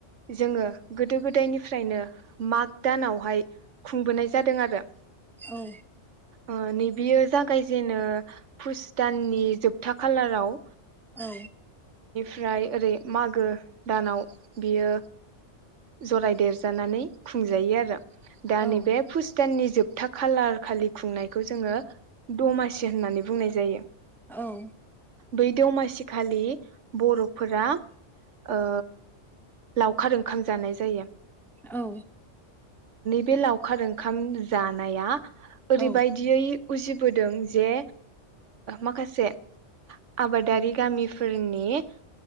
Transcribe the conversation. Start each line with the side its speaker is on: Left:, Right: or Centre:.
Right: जोङो गोदो गोदायनिफ्रायनो माग दानावहाय खुंबोनाय जादों आरो।
Centre: औ
Right: ओ नैबेयो जागायजेनो पुस दाननि जोबथा खालाराव।
Centre: औ
Right: फ्राय ओरै मागो दानाव बियो जरायदेरजानानै खुंजायो आरो। दा
Centre: औ
Right: नैबे फुस दाननि जोब था खालार खालि खुंनायखौ जोङो दमासि होननानै बुंनाय जायो।
Centre: औ
Right: बै दमासि खालि बर'फोरा ओ लावखार ओंखाम जानाय जायो।
Centre: औ।
Right: बे लावखार ओंखाम जानाया ओरैबायदियै
Centre: औ
Right: उजिबोदों जे माखासे आबादारि गामिफोरनि